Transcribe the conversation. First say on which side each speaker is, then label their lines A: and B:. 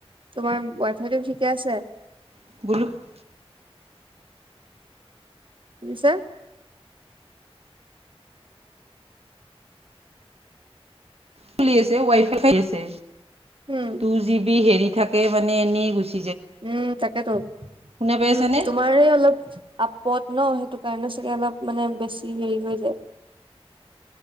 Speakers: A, on the right; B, on the right.
A: তোমাৰ ৱাইফাইতো ঠিকে আছে?
B: <unintelligible>
A: কি কৈছা?
B: চলি আছে, ৱাইফাই চলি আছে।
A: উম'।
B: টুজিবি হেৰি থাকে মানে এনেই গৈছে।
A: উম' তাকেতো,
B: পাই
A: উম
B: আছানে?
A: তোমাৰে অলপ আপত ন, সেইটো কাৰণে চাগে অলপ মানে বেছি হেৰি হৈ যায়।